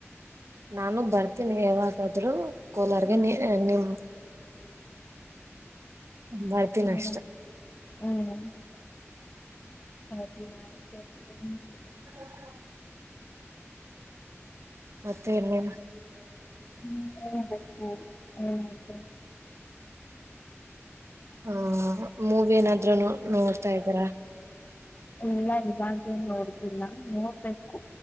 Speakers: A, on the right; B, on the left.
A: ನಾನುಗ್ ಬರ್ತೀನಿ ಯಾವಾಗಾದ್ೂ ಕೋಲಾರಗೆ
B: ಹ್ಮ್
A: ನೀ ನಿಮ್ <inaudible> ಬರ್ತೀನಿ
B: ಹ್ಮ್
A: ಅಷ್ಟ
B: ಹ್ಮ್ ಹ <unintelligible>
A: <inaudible> ಮತ್ತೆ ಇನೇನು
B: ಹ್ಮ್ ಹ್ಮ ಹ್ಮ್ ಏನಾಯ್ತು
A: ಹಾ ಮೂವಿ ಏನಾದ್ರು ನೋಡ್ತಾ ಇದೀರಾ
B: ಇಲ್ಲ ಇವಾಗೇನ್ ನೋಡ್ತಿಿಲ್ಲ ನೋಡ್ಬೇಕು